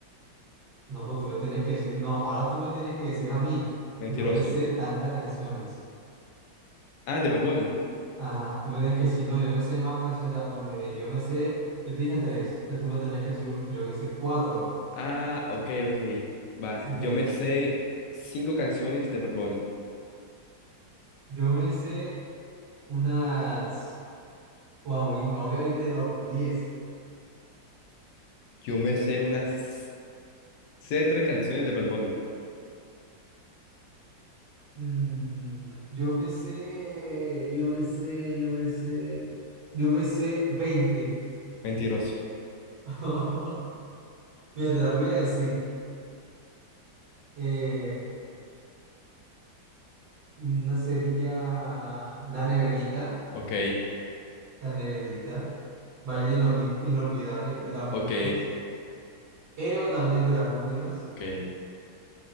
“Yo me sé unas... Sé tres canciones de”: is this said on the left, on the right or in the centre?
Left